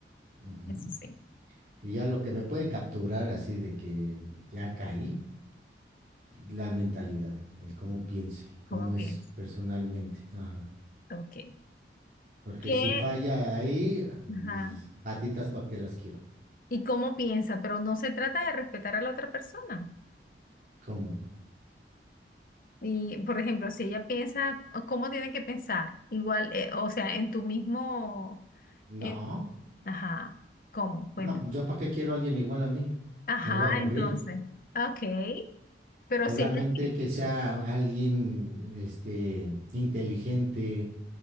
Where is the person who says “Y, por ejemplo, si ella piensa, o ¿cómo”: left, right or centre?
Left